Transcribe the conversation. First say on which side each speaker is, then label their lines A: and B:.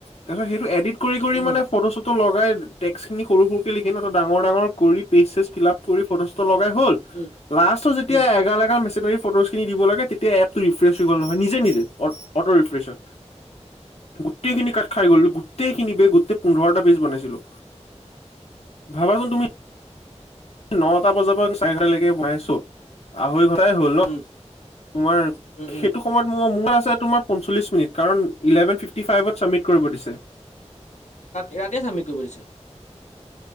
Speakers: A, on the left (about 60°); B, on the left (about 80°).
A: তাৰপিছ সেইটো এডিট কৰি কৰি
B: উম
A: মানে ফটো চটো লগাই টেক্স খিনি সৰু সৰুকে লিখি ন ডাঙৰ ডাঙৰ কৰি পেজ চেজ ফিলাপ কৰি ফটো চটো লগাই হ'ল
B: উম
A: লাষ্টত যেতিয়া
B: উম
A: এগাল এগাল মেচিনাৰী ফটো খিনি দিব লাগে তেতিয়া এপটো ৰিফ্ৰেচ হৈ গ'ল নহয় নিজে নিজে অট অট ৰি- ফ্ৰচত গোটেইখিনি কাত খাই গ'ল গোটেই খিনিবে গোটেই পোন্ধৰটা পেইজ বনাইছিলোঁ ভাবাচোন তুমি নটা বজাৰ পৰা চাৰে এঘাৰটালৈকে বনাইছো আঢ়ৈ ঘন্টাই হ'ল ন
B: উম
A: তোমাৰ
B: উম
A: সেইটো
B: উম
A: সময়ত মো মোৰ আছে তোমাৰ পঞ্চল্লিছ মিনিট কাৰণ ইলেভেন ফিফটি ফাইভত চাবমিট কৰিব দিছে।
B: ইয়াতে চাবমিট কৰিব দিছে।